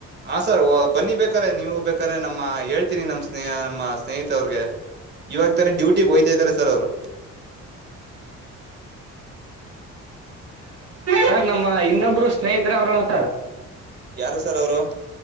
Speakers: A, on the right; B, on the right.
A: ಹಾ ಸರ್ ಬನ್ನಿ ಬೇಕಾರೆ ನೀವು ಯಾಕೆ ನಮ್ಮ ಹೇಳ್ತೀನಿ ನಮ್ಮ್ ಸ್ನೇಹ ನಮ್ಮ ಸ್ನೇಹಿತ ಅವ್ರಗೆ ಇವಾಗ ತಾನೆ ಡ್ಯೂಟಿ ಹೋಗ್ತಾ ಇದಾರೆ ಸರ್ ಅವರು.
B: ಸರ್ ನಮ್ಮ ಇನ್ನೊಬ್ರು ಸ್ನೇಹಿತರೆ ಅವ್ರಲ್ಲ ಸರ್.
A: ಯಾರು ಸರ್ ಅವರು.